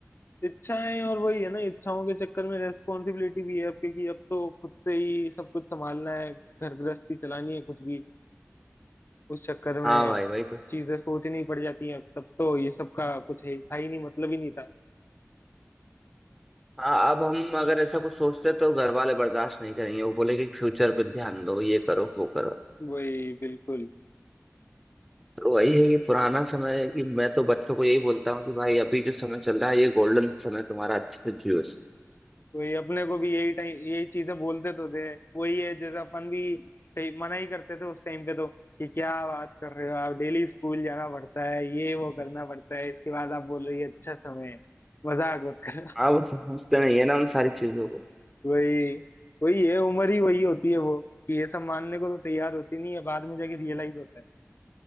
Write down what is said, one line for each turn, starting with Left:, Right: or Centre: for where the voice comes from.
Left: इच्छाएं और वही है ना इच्छाओं के चक्कर में रेस्पॉन्सिबिलिटी भी है अब क्योंकि अब तो खुद से ही सब कुछ संभालना है घर गृहस्थी चलानी है खुद की उस चक्कर में
Centre: हाँ भाई वही तो
Left: चीजें सोचनी पड़ जाती हैं अब तब तो ये सब का कुछ है था ही नहीं मतलब ही नहीं था
Centre: हाँ अब हम अगर ऐसा कुछ सोचते तो घर वाले बर्दाश्त नहीं करेंगे वो बोले कि फ्यूचर पे ध्यान दो ये करो वो करो
Left: वही बिल्कुल
Centre: वही है कि पुराना समय है कि मैं तो बच्चों को यही बोलता हूँ कि भाई अभी जो समय चल रहा है ये गोल्डन समय तुम्हारा अच्छे से जियो इसको
Left: वही अपने को भी यही टाइम यही चीजें बोलते तो थे वही है जैसे अपन भी कई- मना ही करते थे उस टाइम पे तो कि क्या बात कर रहे हो आप डेली स्कूल जाना पड़ता है ये वो करना पड़ता है इसके बाद आप बोल रही है अच्छा समय है मजाक मत करो
Centre: आप समझते नहीं है ना उन सारी चीजों को
Left: <laughs> वही वही है उम्र ही वही होती है वो कि ये सब मानने को तो तैयार होती नहीं है बाद में जाके रियलाइज होता है